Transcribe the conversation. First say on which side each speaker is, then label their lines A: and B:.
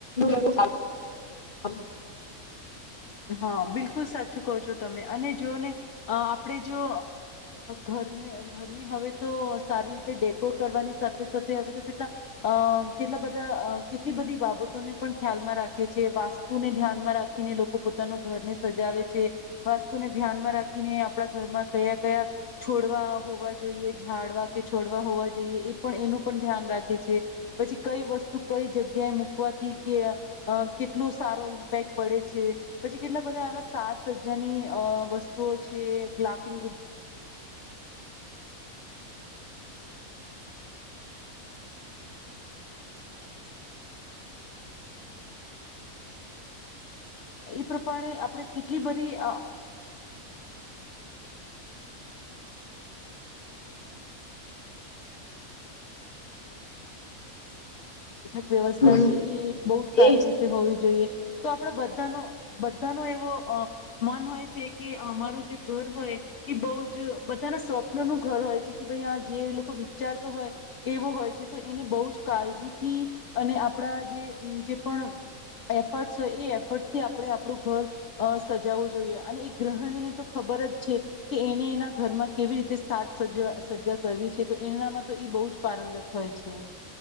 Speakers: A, on the left (about 35°); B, on the left (about 55°).
A: <unintelligible>
B: હા બિલકુલ સાચું કહો છો તમે અને જોને આપણે જો ઘરને ઘરને હવે તો સારી રીતે ડેકોર કરવાની સાથે સાથે હવે તો કેટલા અ કેટલા બધા કેટલી બધી બાબતોને પણ ખ્યાલમાં રાખે છે, વાસ્તુને ધ્યાનમાં રાખીને લોકો પો તાના ઘરને સજાવે છે વાસ્તુને ધ્યાનમાં રાખીને આપણા ઘરમાં કયા-કયા છોડવા હોવા જોઈએ, ઝાડવા કે છોડવા હોવા જોઈએ એ પણ એનું પણ ધ્યાન રાખે છે પછી કઈ વસ્તુ કઈ જગ્યાએ મૂકવાથી કે કેટલું સારો ઇમ્પેક્ટ પડે છે. પછી કેટલા બધા એવા સાસ સજ્જાની અ વસ્તુઓ છે લાફિંગ પ્રમાણે આપણે કેટલી બધી વ્યવસ્થા
A: હમ
B: છે ઈ બહુ સારી
A: એજ
B: રીતે હોવી જોઈએ તો આપડ બ તનો બધાનો એવો મન હોય છે કે અમારું જે ઘર હોય એ બહુ જ બધાના સ્વપ્નનું ઘર હોય છે કે ભાઈ આ જે લોકો વિચારતો હોય એવો હોય છે તો એને બહું જ કાળજીથી અને આપણા જે પણ એફર્ટસ હોય એ એફર્ટથી આ આપડે આપણું ઘર સજાવવું જોઈએ અને એ ગ્રહણીને તો ખબર જ છે કે એને એના ઘરમાં કેવી રીતે સાજ સજ સજા કરવી છે તો એનામાં તો એ બહુ જ પારંગત હોય છે